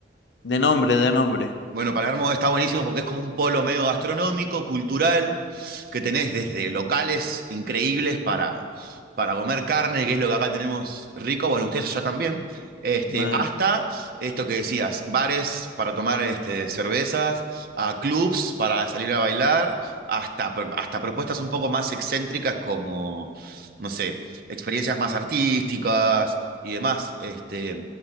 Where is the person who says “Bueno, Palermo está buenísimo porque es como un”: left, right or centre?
Right